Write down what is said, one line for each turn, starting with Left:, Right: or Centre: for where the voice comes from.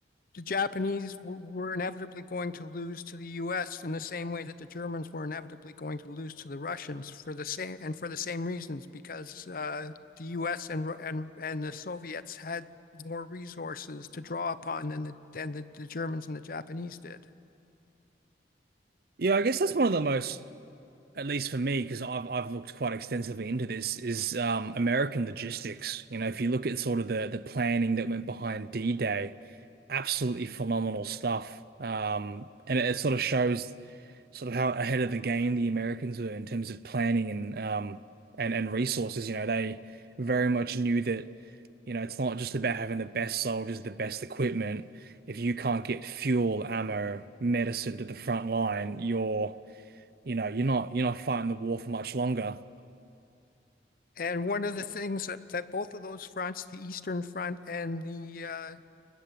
Left: the Japanese w- were inevitably going to lose to the US in the same way that the Germans were inevitably going to lose to the Russians for the same and for the same reasons because uh, the US and and and the Soviets had more resources to draw upon than the, than the, the Germans and the Japanese did.
Right: Yeah, I guess that's one of the most, at least for me, because I've I've looked quite extensively into this, is um, American logistics. You know, if you look at sort of the the planning that went behind D-Day, absolutely phenomenal stuff. Um, and it, it sort of shows sort of how ahead of the game the Americans were in terms of planning and um and and resources. You know, they very much knew that, you know, it's not just about having the best soldiers, the best equipment. If you can't get fuel, ammo, medicine to the front line, you're you know, you're not you're not fighting the war for much longer.
Left: And one of the things that, that both of those fronts, the Eastern Front and the uh,